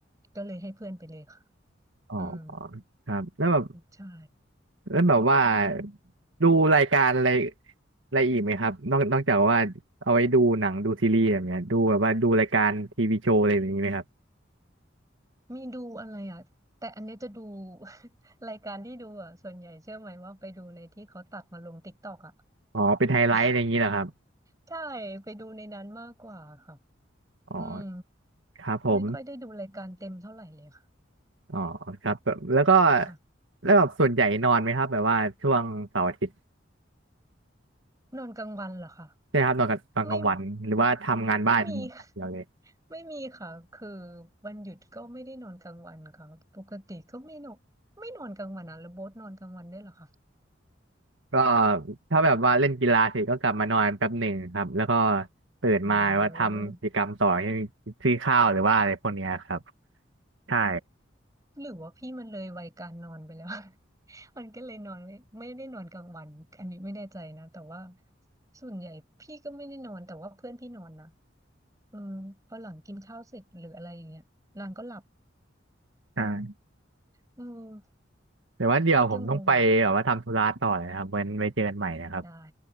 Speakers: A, on the right; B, on the right.
A: ก็เลยให้เพื่อนไปเลยค่ะ
B: อ๋อ
A: อืม
B: ครับแล้วแบบ
A: ใช่
B: แล้วแบบว่าดูรายการอะไรอะไรอีกไหมครับนอกนอกจากว่าเอาไว้ดูหนังดูซีรีส์แบบเนี้ยดูแบบว่าดูรายการทีวีโชว์อะไรแบบนี้ไหมครับ
A: มีดูอะไรอ่ะแต่อันเนี้ยจะดู <laughs> รายการที่ดูอ่ะส่วนใหญ่เชื่อไหมว่าไปดูในที่เขาตัดมาลงติ๊กตอกอ่ะ
B: อ๋อเป็นไฮไลท์อะไรอย่างนี้เหรอครับ
A: <laughs> ใช่ไปดูในนั้นมากกว่าค่ะ
B: อ๋อ
A: อืม
B: ครับผม
A: ไม่ค่อยได้ดูรายการเต็มเท่าไหร่เลยค่ะ
B: อ๋อครับแบบแล้วก็
A: ค่ะ
B: แล้วแบบส่วนใหญ่นอนไหมครับแบบว่าช่วงเสาร์อาทิตย์
A: นอนกลางวันเหรอคะ
B: ใช่ครับนอนกับตอนกลางวันหรือว่าทำงานบ้านอย่างเดียวเลย
A: ไม่ไม่มี <laughs> ไม่มีค่ะคือวันหยุดก็ไม่ได้นอนกลางวันค่ะปกติก็ไม่นอนไม่นอนกลางวันอ่ะแล้วโบ๊ทนอนกลางวันด้วยเหรอคะ
B: ก็ถ้าแบบว่าเล่นกีฬาเสร็จก็กลับมานอนแป๊บหนึ่งครับแล้วก็ตื่นมาว่าทำกิจกรรมต่อที่นซื้อข้าวหรือว่าอะไรพวกเนี้ยครับ
A: อ๋อ
B: ใช่
A: หรือว่าพี่มันเลยวัยการนอนไปแล้ว <laughs> มันก็เลยนอนไม่ไม่ได้นอนกลางวันอันนี้ไม่แน่ใจนะแต่ว่าส่วนใหญ่พี่ก็ไม่ได้นอนแต่ว่าเพื่อนพี่นอนนะเออพอหลังกินข้าวเสร็จหรืออะไรอย่างเงี้ยนางก็หลับ
B: ใช่
A: เออ
B: แต่ว่าเดี๋ยวผมต้องไปแบบว่าทำธุระต่อเลยครับไว้นไว้เจอกันใหม่นะครับ
A: พี่ก็งงเหมือนได้